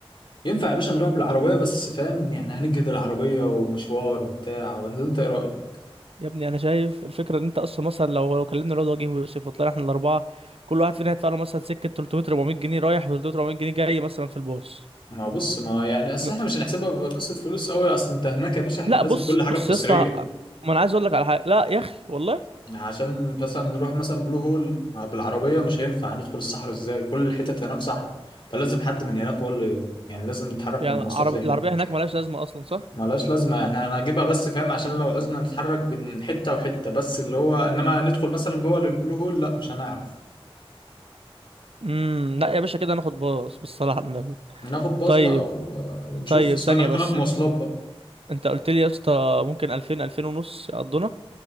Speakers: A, on the left; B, on the right.
A: ينفع يا باشا نروح بالعربية بس فاهم يعني هنجهد العربية ومشوار وبتاع وأنا- انت ايه رأيك؟
B: يا ابني انا شايف الفكره ان انت اصلا مثلا لو لو كلمنا الواد وجيه ويوسف وطلعنا احنا الاربعه كل واحد فينا هيدفع له مثلا سكه 300 400 جنيه رايح و 300 400 جنيه جاي مثلا في الباص
A: ما بص ما يعني اصل
B: م-
A: احنا مش هنحسبها بقصة فلوس قوي اصل انت هناك يا باشا احنا
B: لا
A: لازم
B: بص
A: كل
B: بص
A: حاجة بتصريح
B: يا اسطى ما انا عايز اقول لك على حاجه لا يا اخي والله
A: عشان مثلا نروح مثلا بلو هول ما بالعربية مش هينفع هندخل الصحراء ازاي؟ كل الحتت هناك صحراء فلازم حد من هناك هو اللي يعني لازم نتحرك
B: يعني
A: من المواصلات
B: عربي
A: لهناك
B: العربيه هناك ملهاش لازمه اصلا صح
A: ملهاش لازمة احنا هنجيبها بس فاهم عشان لو عوزنا نتحرك بين حتة وحتة بس اللي هو انما ندخل مثلا جوه للبلو هول لا مش هنعرف
B: امم لا يا باشا كده ناخد باص بالصلاه على النبي
A: ناخد باص
B: طيب
A: بقى و- ونشوف
B: طيب
A: اسمنا
B: ثانيه
A: ده
B: بس
A: كان هناك مواصلات
B: انت,
A: بقى
B: انت قلت لي يا اسطى ممكن 2000 2000 ونص يقضونا